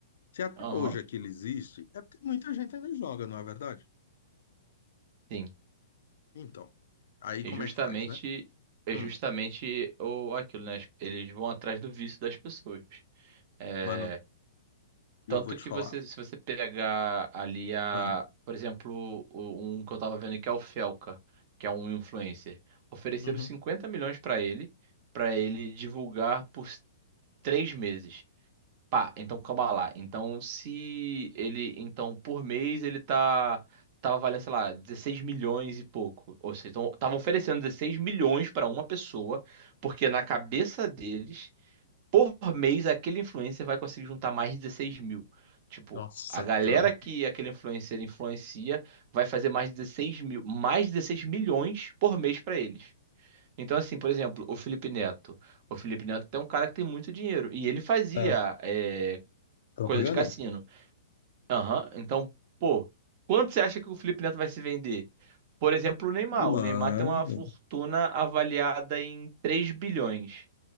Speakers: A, on the left; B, on the right.
A: Se até
B: Aham,
A: hoje aquilo existe, é porque muita gente ainda joga, não é verdade?
B: sim.
A: Então, aí
B: É
A: como
B: justamente,
A: é que faz, né?
B: é
A: Hum,
B: justamente o, aquilo, né? Eles vão atrás do vício das pessoas. É,
A: mano, eu
B: Tanto
A: vou te
B: que
A: falar.
B: você, se você pegar ali a,
A: Ah,
B: por exemplo, o- um que eu tava vendo que é o Felca, que é um influencer, ofereceram
A: uhum.
B: 50 milhões pra ele, pra ele divulgar por três meses. Pá, então calma lá. Então se ele, então por mês ele tá tava valendo, sei lá, 16 milhões e pouco. Ou seja, então estavam oferecendo 16 milhões pra uma pessoa, porque na cabeça deles por mês aquele influencer vai conseguir juntar mais de 16 mil. Tipo,
A: Nossa,
B: a galera
A: cara.
B: que aquele influencer influencia vai fazer mais de 16 mil, mais de 16 milhões por mês para eles. Então, assim, por exemplo, o Felipe Neto. O Felipe Neto é um cara que tem muito dinheiro. E ele fazia
A: É,
B: é,
A: propaganda?
B: coisa de cassino. Aham. Então, pô, quanto você acha que o Felipe Neto vai se vender? Por exemplo, o Neymar. O
A: Mano,
B: Neymar tem uma fortuna avaliada em 3 bilhões.